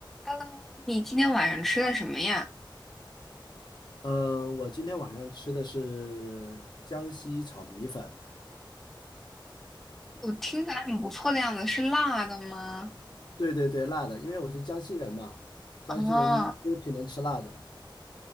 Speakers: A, in the centre; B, on the left.
A: Hello，你今天晚上吃的什么呀？
B: 嗯，我今天晚上吃的是江西炒米粉，
A: 我听起来很不错的样子，是辣的吗？
B: 对对对，辣的，因为我是江西人嘛，江西人都挺能吃辣的。
A: 啊，